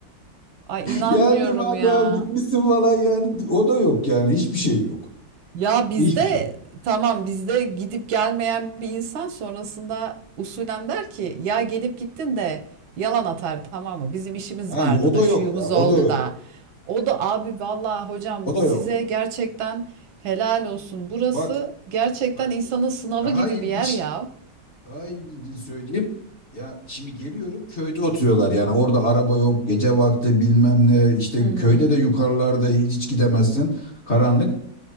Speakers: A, on the right; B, on the left.
A: Ay inanmıyorum
B: Geldim anne
A: ya.
B: abi gitmişsin falan yani. O da yok yani. Hiçbir şey yok.
A: Ya bizde
B: Hiçbir şey.
A: tamam bizde gidip gelmeyen bir insan sonrasında usulen der ki ya gelip gittin de yalan atar tamam mı? Bizim işimiz
B: Ha,
A: vardı
B: o da
A: da şuyumuz
B: yok ya. O
A: oldu
B: da yok.
A: da. O da abi vallahi hocam
B: O da
A: size
B: yok.
A: gerçekten helal olsun. Burası
B: Bak
A: gerçekten
B: bak
A: insanın sınavı
B: daha
A: gibi
B: ilginç.
A: bir yer ya.
B: Daha ilginci söyleyeyim. Ya şimdi geliyorum köyde oturuyorlar yani orada araba yok gece vakti bilmem ne işte
A: Hı hı.
B: köyde de yukarılarda hiç gidemezsin karanlık.